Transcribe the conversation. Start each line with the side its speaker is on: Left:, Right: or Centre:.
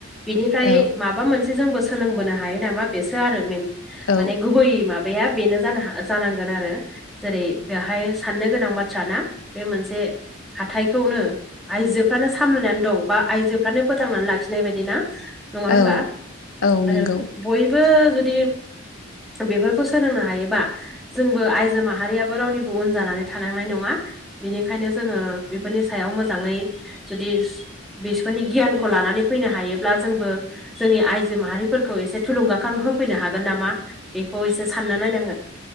Centre: बिनिफ्राय
Left: औ
Centre: माबा माबा मोनसे जोंबो सोलोंबोनो हायो नामा बेसो आरो मेन
Left: औ
Centre: माने गुबै मा बाया बेनो जानो जानांगोन आरो। जेरै बेहाय साननो गोनां बाथ्राना बे मोनसे हाथायखौनो आइजो आनो सामलायनानै दं बा आइजोफ्रानो फोथांनानै लाखिनाय बायदि ना। नङा होनबा
Left: औ औ
Centre: आरो
Left: नंगौ
Centre: बयबो जुदि बेफोरखौ सोलोंनो हायोबा जोंबो आइजो माहारियाबो रावनिबो उन जानानै थानांनाय नङा। बिनिखायनो जोङो बेफोरनि सायाव मोजाङै जुदि बिसोरनि गियानखौ लानानै फैनो हायोब्ला जोंबो जोंनि आइजो माहारिफोरखौ एसे थुलुंगाखां होफैनो हागोन नामा बेखौ एसे सानना नायनांगोन।